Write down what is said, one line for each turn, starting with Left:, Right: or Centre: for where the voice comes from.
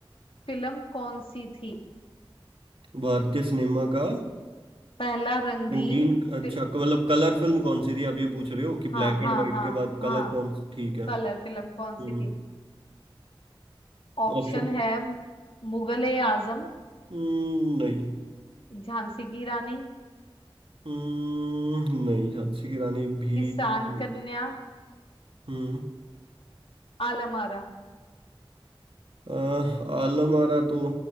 Left: फिल्म कौन सी थी
Right: भारतीय सिनेमा का
Left: पहला रंगीन
Right: रंगीन अच्छा
Left: फिल्म
Right: क- मतलब कलर फिल्म कौन सी थी आप ये पूछ रहे हो कि
Left: हाँ
Right: ब्लैक
Left: हाँ
Right: एंड व्हाइट
Left: हाँ
Right: के बाद
Left: हाँ
Right: कलर कौन सी ठीक है
Left: कलर फिल्म कौन
Right: हम्म
Left: सी थी ऑप्शन
Right: ऑप्शन
Left: है मुगले आजम
Right: हम्म नहीं
Left: झांसी की रानी
Right: हम्म नहीं झांसी की रानी भी
Left: किसान
Right: नहीं।
Left: कन्या
Right: हम्म
Left: आलम आरा
Right: आह, आलम आरा तो